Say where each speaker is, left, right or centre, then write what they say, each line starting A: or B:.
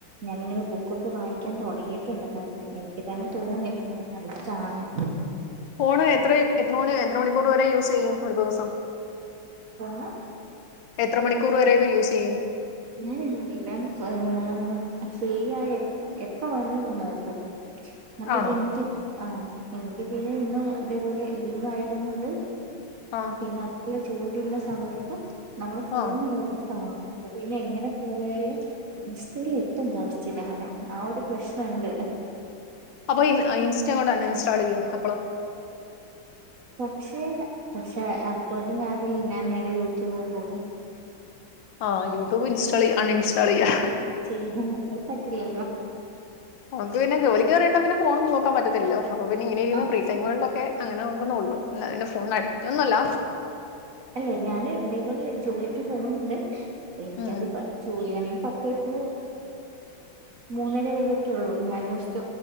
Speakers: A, on the right (about 55°); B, on the left (about 75°).
A: ഞാനിങ്ങനെ ബുക്കൊക്കെ വായിക്കാൻ തുടങ്ങിയിട്ടുണ്ട് കാരണം എനിക്ക് തന്നെ തോന്നി ഫോൺ അടിറ്റാണെന്ന്
B: ഫോണ് എത്ര എത്ര മണി എത്ര മണിക്കൂർ വരെ യൂസ് ചെയ്യും ഒരു ദിവസം
A: ഫോണ്
B: എത്ര മണിക്കൂർ വരൊക്കെ യൂസ് ചെയ്യും
A: ഞൻ അങ്ങനെ ല്ലഫ്രീയായാൽ എപ്പോ വേണക്കിം ന്ന്നോക്കും ഞാ പിന്നെ
B: ആണോ
A: എനിക്ക് അ എനിക്ക് പിന്നെ ഇന്നും അതേപോലെ ലീവ് ആയ ത് കൊണ്ട്
B: ആഹ്
A: പിന്നെ അ ജോലിയുള്ള സമയത്ത് നമ്മൾ
B: ആഹ്
A: നിർബന്ധ ആണ <unintelligible> പിന്നെ എങ്ങനെ പോയലും ഇൻസ്റ്റൽ എത്തും ലാസ്റ്റ് ഞാൻ അ ഒരു പ്രശ്നണ്ട്
B: അപ്പൊ ഇ ഇൻസ്റ്റ കൊണ്ട് അൺ ഇൻസ്റ്റാൾ ചെയ്യ അപ്പോളോ
A: പക്ഷെ പക്ഷെ അതുകൊണ്ട് ഞാൻ നേരെ യൂ ടൂബിൽ പോകും
B: അ യൂട്യൂബ് ഇൻസ്റ്റാൾ ചെയ്യ അൺഇൻസ്റ്റാൾ ചെയ്യ
A: ചെയ്യും അത് പറ്റില്ലല്ലോ
B: നമക്ക് പിന്നെ ജോലിക്ക് കേറീണ്ടങ്കിൽ പിന്നെ ഫോണന്നും നോ ക്കാൻപറ്റത്തില്ല അപ്പ പിന്നെ ഇങ്ങന ഇരിക്കുന്ന
A: ആ
B: ഫ്രീടൈ മുകളിലൊക്കെ അങ്ങനെ നോക്കുന്നുള്ളൂ അല്ല അന്റെ ഫോണ് ന് അഡിക്റ്റ് ഒന്നുംല്ല
A: അല്ലെ ഞാന് ഇതേപോലെ ജോലിക്ക് പോകുന്നുണ്ട് അ എനിക്കത്
B: ഉം
A: ജോലിയാണെ പത്തേ ടു മൂന്നര വേരൊക്കെ ഉള്ളൂ ഞാൻ സ്റ്റ